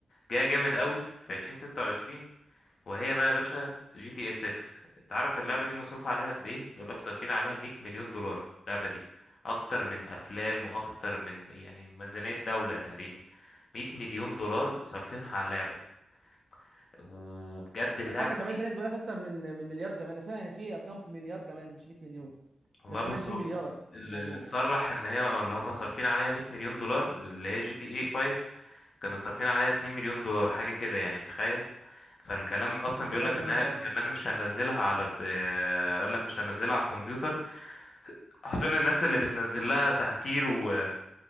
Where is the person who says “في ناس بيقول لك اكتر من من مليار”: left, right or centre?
Right